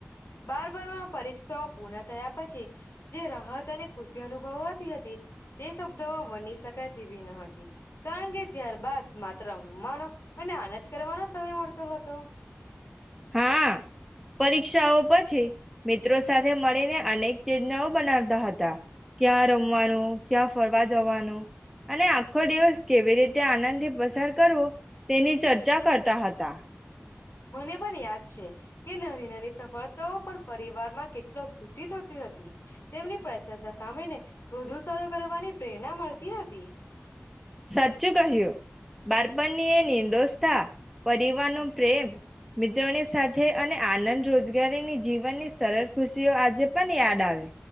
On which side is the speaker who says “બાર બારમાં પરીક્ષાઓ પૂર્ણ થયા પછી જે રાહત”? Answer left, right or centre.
Left